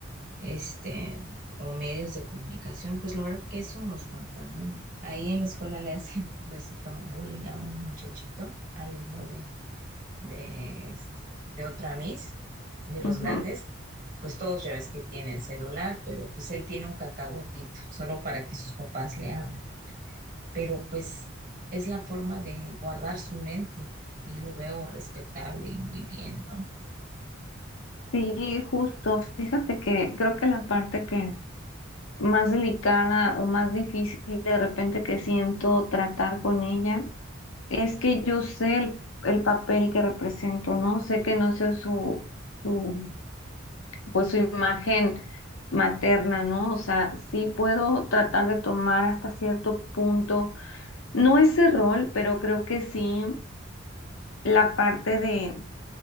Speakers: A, on the right (about 40°); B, on the left (about 80°).
A: este, o medios de comunicación, pues la verdad que eso nos contamina. Ahí en la escuela le hacen un besito bullying a un muchachito, alumno de, de, este, de otra Miss, de los
B: Ujú.
A: grandes, pues todos ya ves que tienen celular, pero pues él tiene un cacahuatito, solo para que sus papás le hablen. Pero pues es la forma de guardar su mente y lo veo respetable y muy bien, ¿no?
B: Sí, justo. Fíjate que creo que la parte que más delicada o más difícil de repente que siento tratar con ella, es que yo sé el, el papel que represento, ¿no? Sé que no sé su, su, pues su imagen materna, ¿no? O sea, sí puedo tratar de tomar hasta cierto punto, no ese rol, pero creo que sí la parte de